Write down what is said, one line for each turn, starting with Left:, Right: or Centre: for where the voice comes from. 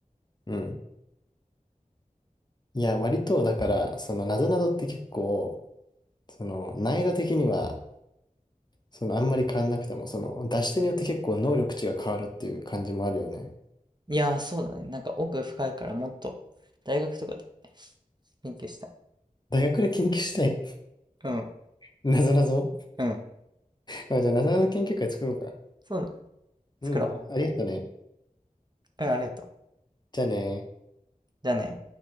Left: うん。いや、割と、だから、その、なぞなぞって結構、その、難易度的には、その、あんまり変わんなくても、その、出し手によって結構能力値が変わるっていう感じもあるよね。
Right: いやー、そうだね。なんか奥深いからもっと、大学とかで勉強したい。
Left: 大学で研究したい。
Right: うん、
Left: <laughs> なぞなぞ。
Right: うん。
Left: まあ、じゃあ、なぞなぞ研究会作ろうか。
Right: そうだね。作ろ
Left: うん。ありがとね。
Right: う。うん、ありがとう。
Left: じゃあね
Right: じゃあね。